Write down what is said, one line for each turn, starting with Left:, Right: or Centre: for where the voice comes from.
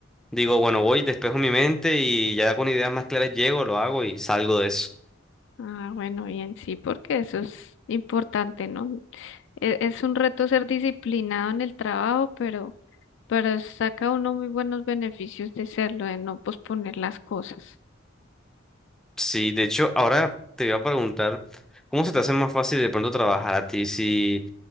Centre: Digo, bueno, voy, despejo mi mente y ya con ideas más claras llego, lo hago y salgo de eso.
Left: Ah, bueno, bien, sí, porque eso es importante, ¿no? e- Es un reto ser disciplinado en el trabajo, pero, pero saca uno muy buenos beneficios de serlo, de no posponer las cosas.
Centre: Sí, de hecho, ahora te voy a preguntar, ¿cómo se te hace más fácil de pronto trabajar a ti? Si,